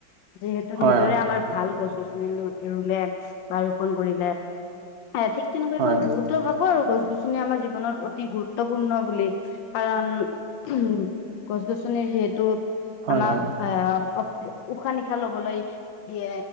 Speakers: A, on the left (about 75°); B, on the right (about 45°).
A: যিহেতু
B: হয়
A: নিজৰে
B: হয়
A: আমাৰ ভাল গছ গছনি ৰুলে বা ৰোপন কৰিলে। ঠিক তেনেকৈ
B: হয়
A: মই বহুত লো ভাবো আৰু। গছ গছনি আমাৰ জীৱনত অতি গুৰুত্বপূৰ্ণ বুলি কাৰণ, উ গছ গছনিৰ যিহেতু
B: হয়
A: আমাক
B: হয়
A: আহ, অ্ উশাহ নিশাহ লবলৈ দিয়ে